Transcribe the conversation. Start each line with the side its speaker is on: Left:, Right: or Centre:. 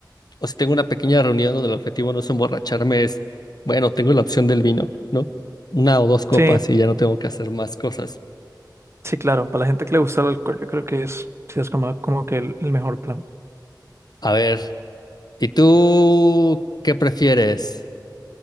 Left: o si tengo una pequeña reunión donde el objetivo no es emborracharme, es, bueno, tengo la opción del vino, ¿no? Una o dos copas
Right: Sí,
Left: y ya no tengo que hacer más cosas.
Right: sí, claro. Para la gente que le gusta el alcohol, yo creo que es, sí, es como, como que el, el mejor plan.
Left: A ver. ¿Y tú qué prefieres?